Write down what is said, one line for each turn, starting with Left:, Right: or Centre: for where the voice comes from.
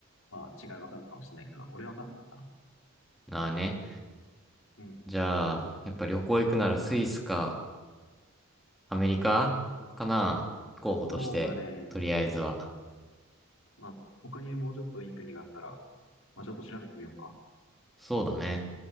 Left: まあ違いわかんのかもしれないけど、俺はわかんなかったな。
Centre: なあね。
Left: うん。
Centre: じゃあ、やっぱ旅行行くならスイスかアメリカかな候補として、
Left: そうだね。
Centre: とりあえずは。
Left: まあ他にもうちょっといい国があったら、まあちょっと調べてみようか。
Centre: そうだね。